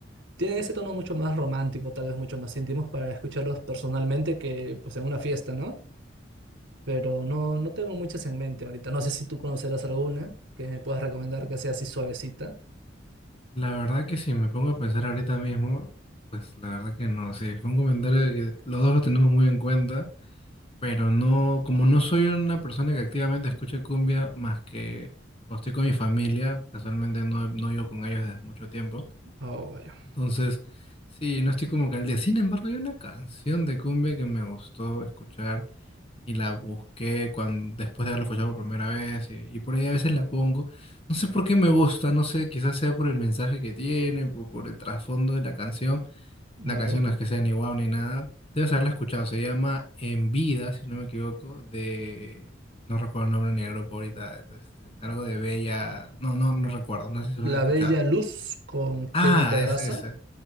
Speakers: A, on the right; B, on the left.
A: tienen ese tono mucho más romántico, tal vez mucho más íntimos para escucharlos personalmente que pues en una fiesta, ¿no? pero no, no tengo muchas en mente ahorita. No sé si tú conocerás alguna que me puedas recomendar que sea así suavecita.
B: La verdad que si me pongo a pensar ahorita mismo, pues la verdad que no, sí, fue un comentario de que los dos lo tenemos muy en cuenta, pero no, como no soy una persona que activamente escuche cumbia más que cuando estoy con mi familia, casualmente no, no vivo con ellos desde mucho tiempo,
A: Oh, vaya.
B: entonces, sí, no estoy como que al día. Sin embargo, hay una canción de cumbia que me gustó escuchar y la busqué cuando, después de haberla escuchado por primera vez y, y por ahí a veces la pongo. No sé por qué me gusta, no sé, quizás sea por el mensaje que tiene, por, por el trasfondo de la canción. La
A: A
B: canción
A: ver.
B: no es que sea ni guau ni nada. Debes haberla escuchado. Se llama En Vida, si no me equivoco, de... No recuerdo el nombre ni el grupo ahorita. este, algo de Bella... No, no, no recuerdo. No sé si lo
A: La
B: has escuchado.
A: Bella Luz con Kevin
B: Ah,
A: Pedraza.
B: es ese.